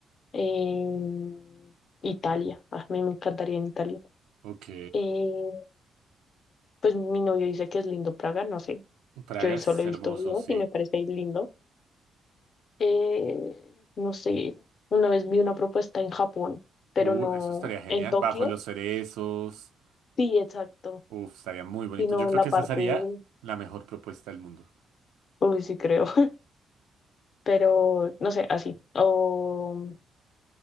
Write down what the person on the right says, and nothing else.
Ok.
Praga
es
hermoso,
sí.
Uh,
eso estaría genial.
Bajo los cerezos.
Uf, estaría muy bonito.
Yo creo
que
esa sería
la mejor propuesta del mundo.